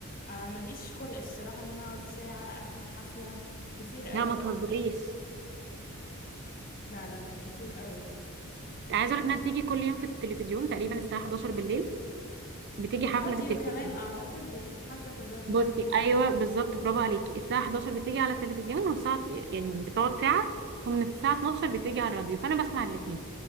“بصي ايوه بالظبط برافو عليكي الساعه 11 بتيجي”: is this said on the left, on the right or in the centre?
Right